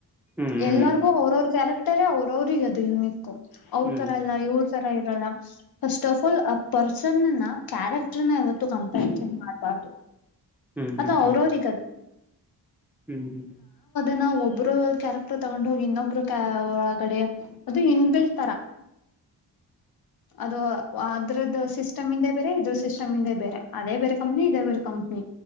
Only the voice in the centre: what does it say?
ಹ್ಮ್
ಹ್ಮ್
ಹ್ಮ್ ಹ್ಮ್
ಹ್ಮ್ ಹ್ಮ್